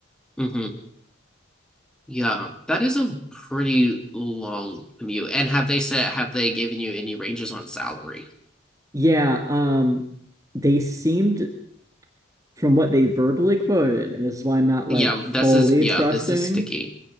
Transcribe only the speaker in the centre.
Mm-hmm. Yeah. That is a pretty long commute. And have they said, have they given you any ranges on salary?
Yeah,
this is, yeah,
this is sticky.